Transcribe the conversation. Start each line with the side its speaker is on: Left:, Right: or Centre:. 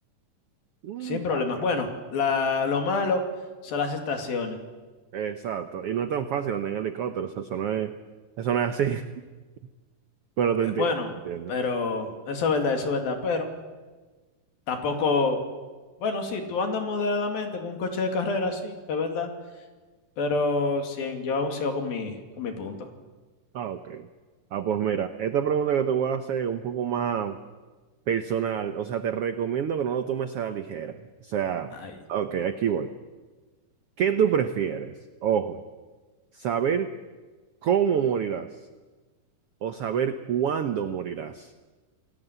Right: Mm,
Left: Sin problema.
Right: ok.
Left: Bueno, la, lo malo son las estaciones.
Right: Exacto. Y no es tan fácil andar en helicóptero, o sea, eso no es, eso no es así, <laughs> pero te
Left: Eh,
Right: entiendo,
Left: Bueno,
Right: te entiendo.
Left: pero eso es verdad, eso es verdad. Pero tampoco, bueno, sí, tú andas moderadamente con un coche de carrera, sí, es verdad. Pero sí, yo aún sigo con mi, con mi punto.
Right: Ah, ok. Ah, pues mira, esta pregunta que te voy a hacer es un poco más personal, o sea, te recomiendo que no lo tomes a la ligera. O sea,
Left: Ay,
Right: ok, aquí voy. ¿Qué tú prefieres? Ojo, saber cómo morirás o saber cuándo morirás.